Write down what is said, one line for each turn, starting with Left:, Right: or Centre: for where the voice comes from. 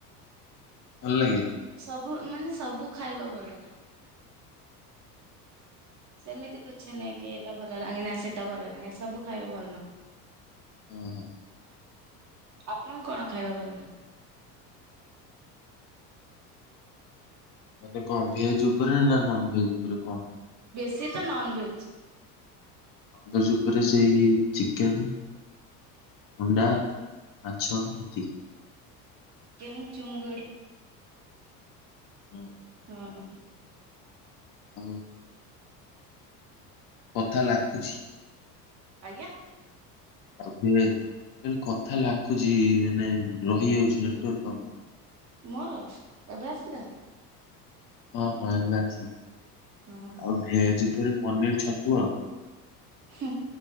Left: ଭଲ ଲାଗେ?
Right: ସବୁ ମାନେ ସବୁ ଖାଇବା ଭଲ ନାଗେ। ସେମିତି କିଛି ନାଇଁ କି ଏଟା ଭଲ ଲାଗେ ନା ସେଟା ଭଲ ଲାଗେ ସବୁ ଖାଇବା ଭଲ ନାଁ।
Left: ହୁଁ ହୁଁ।
Right: ଆପଣଙ୍କୁ କଣ ଖାଇବା ଭଲ ନାଗେ?
Left: ମାନେ କଣ ଭେଜ ଉପରେ ନା ନନଭେଜ୍ ଉପରେ କଣ?
Right: ସିିଏ ତ ନନ ଭେଜ୍।
Left: ଭେଜ ଉପରେ ସେଇ ଚିକେନ ଅଣ୍ଡା, ମାଛ ଏତିିକି।
Right: କେଉଁ ଚୁଙ୍ଗୁଡ଼ି?
Left: ହଁ,
Right: ହଁ।
Left: ହାଲୋ। କଥା ଲାଗୁଛି।
Right: ଆଜ୍ଞା।
Left: ଆବେକଥା ଲାଗୁଛି ମାନେ ରହିଯାଉଛି ନେଟୱର୍କ ପାଉନାହିଁ।
Right: ମୋର ଏବେ ଆସିଲା?
Left: ହଁ ହଁ ଏବେ ଆସିବ
Right: ହଁ
Left: ଆଉ ଭେଜ ଉପରେ ପନିର ଛତୁ ଆଉ।
Right: ହୁଁ